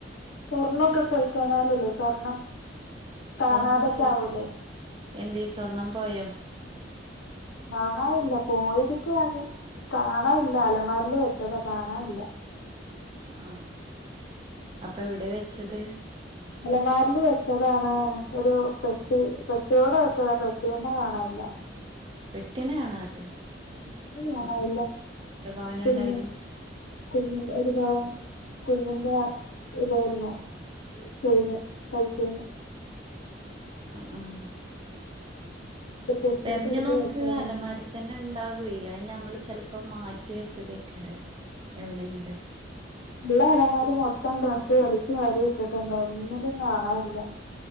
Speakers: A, on the left; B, on the right.
A: സ്വർണ്ണൊക്ക
B: എങ്ങനെ
A: പോയി <unintelligible> സ്വർണം കാണാതൊക്കെ
B: സ്വർണം പോയിക്ക
A: ആവൂല്ലേ
B: എന്തേ സ്വർണം പോയോ?
A: കാണാനില്ല പോയതിക്കുവാങ്ങ് കാണാൻല്ല അലമാരില് വെച്ചതാ കാണാൻല്ല
B: ആഹ് അപ്പൊ എവിടെ വെച്ചത്
A: അലമാരില് വെച്ചതാണ് ഒരു പെട്ടി പെട്ടിയോടെ വെച്ചതാ പെട്ടിന്നെ കാണാൻല്ല
B: പെട്ടിന്നെ കാണാല്ലേ
A: <unintelligible>
B: ആഹ് ആഹ് എത്ര പവന്
A: കുഞ്ഞ്
B: ഉണ്ടായിനു
A: കുഞ്ഞിന്റെ ഒരു പവൻ കുഞ്ഞിൻറെ അ ഇതായി ര്ന്നു ചെയ്ന് കൈചെയ്ൻ
B: അ ആഹ്
A: ഇത് പൊട്ടിയിട്ട്
B: തെരഞ്ഞു
A: എടുത്ത്
B: നോക്ക്‌
A: വെച്ചതാ
B: അലമാരി തന്നെ ഉണ്ടാവെ അത് നമ്മള് ചെലപ്പോ മാറ്റി വെച്ചതേക്കാരം എവിടെങ്കിലും
A: ഉള്ള അലമാര് മൊത്തം ഡ്രസ്സ് വലിച്ച് വാരി ഇട്ടിട്ടുണ്ട് ഒന്നിലും കാണാനില്ല